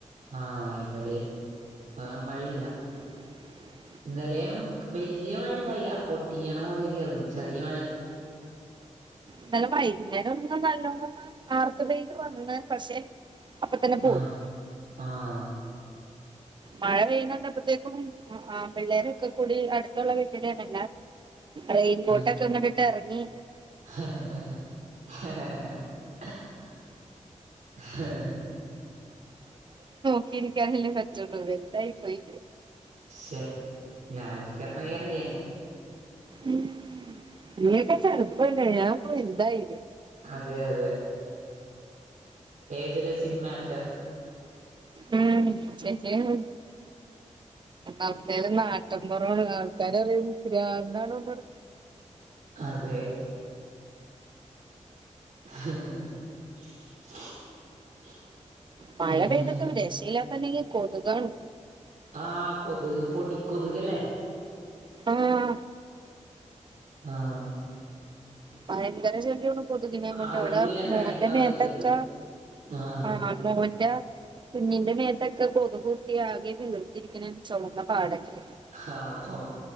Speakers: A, on the right; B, on the right.
A: ആഹ് ഇവിടേം ഇപ്പാമഴയില്ല.
B: <inaudible>
A: ഇന്നലെയും വല്ല്യ മഴഇണ്ടായില്ല പൊടിയണപോലെ ചെറിയ
B: ന്നലെ വൈകുന്നേരം ഒന്നും നല്ലോണം ഒന്ന് ആർത്ത് പെയ്ത് വന്ന് പക്ഷെ. അപ്പൊ തന്നെ പോയി
A: ആഹ് ആഹ്
B: മഴ പെയ്യുന്നുണ്ടപ്പത്തേക്കും പിള്ളേരൊക്കെ കൂടി അടുത്തുള്ള വീട്ടിലാണ് റെയിൻ കൊട്ടൊക്കെ
A: ആഹ്
B: ഇങ്ങട്ട്ട്ടിറങ്ങി.
A: <unintelligible> <unintelligible>
B: <unintelligible> ന്തായി പോയി.
A: ശെ ഞാനൊക്കെയാർന്നെ എറങ്ങിയാനെ
B: ഉം നിങ്ങേക്കെ ചെറുപ്പല്ലേ ഞാൻ ഒക്കെ വലുതായില്ലേ
A: അതെ അതെ ഏജ് ഡസിൻ മാറ്റർ
B: ഉം ശര്യാണ് അവിട്തേല് നാട്ടിൻപൊറാണ് കാ പെരക്കാര് പറയും <unintelligible>
A: അതെ <unintelligible>
B: മഴ
A: എന്താ
B: പെയ്തിട്ടും രക്ഷയിലാത്ത നിലയിൽ കൊതുകേളും
A: ആഹ കൊതുക് പൊടി കൊതുകല്ലേ
B: ആഹ
A: ആഹ
B: ഭയങ്കര ശല്യാണ് കൊതുകിനെ കൊണ്ട്
A: അറിയൂല
B: ഇവടെ മോന്റെ
A: കയ്യില് വന്നിരിക്കുന്നത്
B: മേത്തൊക്ക
A: ആഹ്
B: ആഹ മോന്റെ കുഞ്ഞിന്റെ മേത്തൊക്കെ കൊതുക് കുത്തി ആകെ വീർത്തിരിക്ക്ണ ചൊവന്ന പാടെക്കെ
A: ആഹ ചൊമ